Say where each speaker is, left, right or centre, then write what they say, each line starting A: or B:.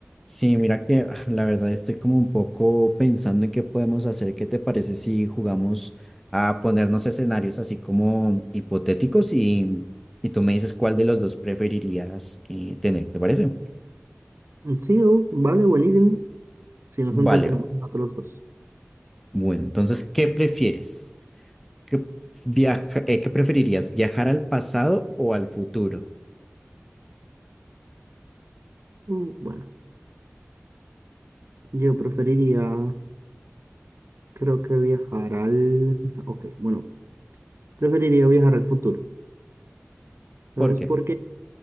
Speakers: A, in the centre; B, on the right.
A: Sí, mira que ah, la verdad estoy como un poco pensando en qué podemos hacer. ¿Qué te parece si jugamos a ponernos escenarios así como hipotéticos y, y tú me dices cuál de los dos preferirías eh, tener? ¿Te parece?
B: Sí, oh, vale, buenísimo. Si nos
A: Vale,
B: entretenemos nosotros dos.
A: bueno, entonces, ¿qué prefieres? ¿Qué viaja- eh, qué preferirías? ¿Viajar al pasado o al futuro?
B: Mm, Bueno, yo preferiría, creo que viajar al... Ok, bueno, preferiría viajar al futuro. ¿Sabes
A: ¿Por qué?
B: por qué?